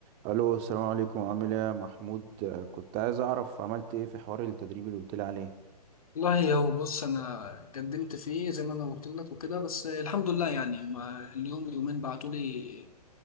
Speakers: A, on the right (about 30°); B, on the left (about 60°).
A: الو السلام عليكم عامل ايه يا محمود آه، كنت عايز اعرف عملت ايه في حوار التدريب اللي قلت لي عليه
B: والله هو بص انا قدمت فيه زي ما انا قلت لك وكده بس الحمد لله يعني هما اليوم يومين بعتوا لي